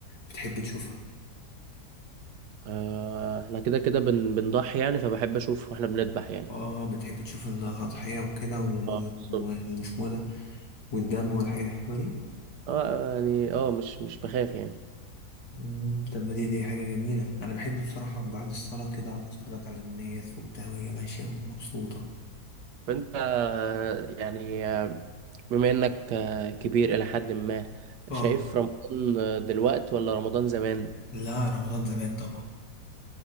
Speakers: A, on the left; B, on the right.
A: بتحب تشوفها
B: آه احنا كده كده بن بنضحي يعني فبحب اشوف واحنا بنذبح يعني
A: اه بتحب تشوف الأضحية وكده و-
B: اه بالظبط
A: والاسمه ده والدم والحاجات الحلوة دي
B: اه يعني اه مش مش بخاف يعني
A: مم. طب ما دي دي حاجة جميلة أنا بحب بصراحة بعد الصلاة كده أقعد أتفرج على الناس وبتاع وهي ماشية ومبسوطة
B: فانت آه، يعني آه، بما انك آه، كبير الى حد ما
A: اه
B: شايف رمضان آه، دلوقت ولا رمضان زمان
A: لا رمضان زمان طبعا